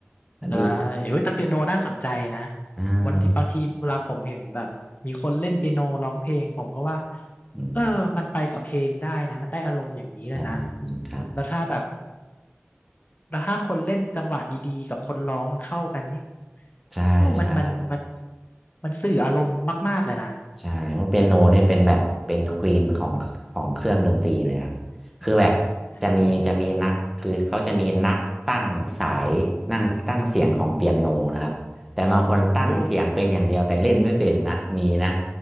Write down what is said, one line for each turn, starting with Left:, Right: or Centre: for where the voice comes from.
Centre: ก็ดี
Left: ใช่เอ้ยแต่เปียโนน่าสนใจนะ
Centre: นะอ่า
Left: วันที่บางทีเวลาผมเห็นแบบมีคนเล่นเปียโนร้องเพลงผมก็ว่า
Centre: อืม
Left: เออมันไปกับเพลงได้นะมันได้อารมณ์อย่างนี้เลยนะ
Centre: ใช่ครับ
Left: แล้วถ้าแบบแล้วถ้าคนเล่นจังหวะดีๆกับคนร้องมันเข้ากันนี่
Centre: ใช่ใช่
Left: โอ้มันมันมันมันสื่ออารมณ์มากๆเลยนะ
Centre: ใช่ว่าเปียโนนี่เป็นแบบเป็นควีนของของเครื่องดนตรีเลยครับคือแบบจะมีจะมีนักคือเขาจะมีนักตั้งสายนั่งตั้งเสียงของเปียโนนะครับแต่บางคนตั้งเสียงเป็นอย่างเดียวแต่เล่นไม่เป็นนะมีนะ
Left: อ่าโอ้